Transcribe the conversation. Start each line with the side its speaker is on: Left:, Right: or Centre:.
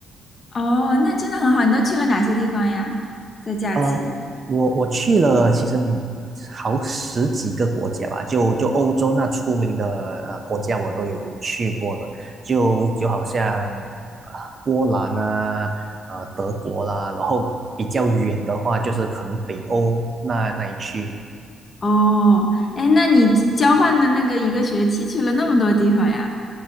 Left: 哦，那真的很好。你都去了哪些地方呀？在假期？
Right: 呃，我我去了，其实好十几个国家吧，就就欧洲那出名的呃国家我都有去过了，就就好像呃波兰啊，呃德国啦，然后比较远的话就是可能北欧那那一区。
Left: 哦，哎，那你交换的那个一个学期去了那么多地方呀？